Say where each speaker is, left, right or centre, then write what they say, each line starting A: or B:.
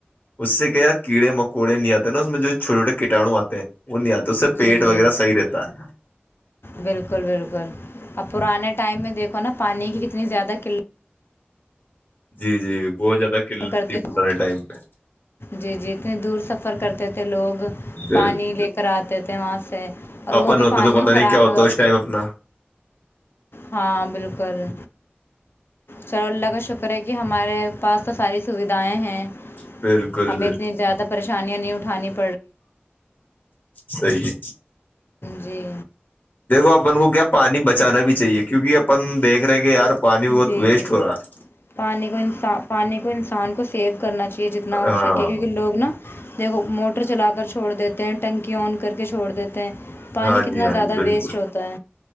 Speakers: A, on the left (about 50°); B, on the left (about 70°).
A: اس سے کیا کیڑے مکوڑے نہیں آتے نا اس میں جوھوٹےوٹے کٹڑو آتے <unintelligible> ا نہیںیا تو اس سے
B: جی
A: پیٹ
B: جی
A: وغیرہ صحیح رہتا ہے
B: بالکل بالکل اب پرانے ٹائم میں دیکھو نا پانی کی کتنی زیادہ قلت
A: جی جی بہت زیادہ قلت
B: س کرتے
A: تھی پرانے
B: ہو
A: ٹائم پہ
B: جی جی اتنی دور سفر کرتے ا کے لوگ
A: بالکل
B: پانی لے کر آتے تھے کے وہاں سے اور
A: اپن
B: وہ بھی
A: ہوتا
B: پانی
A: تو پتا
B: خراب
A: نہیں کیا ہوتا
B: ہوا
A: اس ٹائم اپنا
B: ہاں بالکل چلو اللہ کا شکر ہے کہ ہمارے پاس تو ساری سویدھائیں ہیں
A: بالکل
B: ہمیں اتنی زیادہ پریشانی نہیں اٹھے پر
A: صی ہے
B: جی
A: دیکھو اپن کو کیا پانی بچانا بھی چاہیے کیونکہ اپن دیکھ رہے کہ یار پانی بہت
B: جی
A: ویسٹ
B: جی
A: ہو رہا ہے
B: پانی کو انسان پانی کو انسان کو سیو کرنااہیے چیز اتنا ہو
A: ہاں
B: سکے کیونکہ لوگ نا دیکھو موٹر چلا کر چھوڑ دیتے ہیں ٹنکی آن کر کے چھوڑ دیتے ہیں پانی
A: ہاں
B: کتنا
A: جی ہاں
B: زیادہ
A: جی بالکل
B: ویسٹ ہوتا